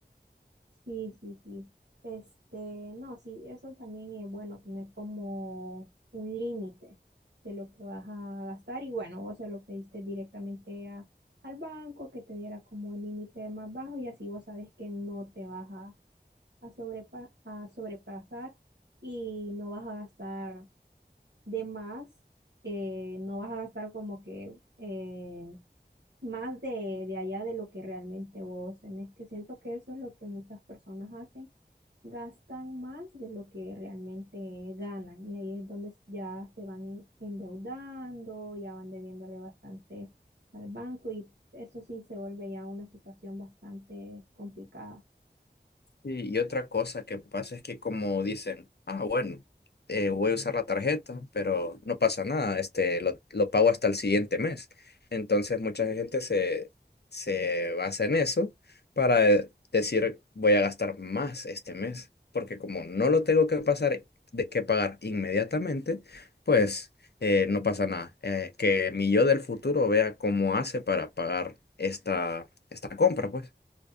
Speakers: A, on the right (about 70°); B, on the left (about 65°).
A: Sí, sí, sí. Este, no, sí, eso también es bueno tener como un límite de lo que vas a gastar y bueno, vos se lo pediste directamente a- al banco que te diera como el límite más bajo y así vos sabes que no te vas a, a, sobrepa- a sobrepasar y no vas a gastar de más, eh, no vas a gastar como que eh, más de, de allá de lo que realmente vos tenés, que siento que eso es lo que muchas personas hacen, gastan más de lo que realmente ganan y ahí es donde s- ya se van en- endeudando, ya van debiéndole bastante al banco y eso sí se vuelve ya una situación bastante complicada.
B: Sí, Y otra cosa que pasa es que como dicen, ah, bueno, eh, voy a usar la tarjeta, pero no pasa nada, este, lo, lo pago hasta el siguiente mes. Entonces mucha gente se, se basa en eso para eh, decir, voy a gastar más este mes, porque como no lo tengo que pasar, de, que pagar inmediatamente, pues eh, no pasa nada. Eh, que mi yo del futuro vea cómo hace para pagar esta, esta compra, pues.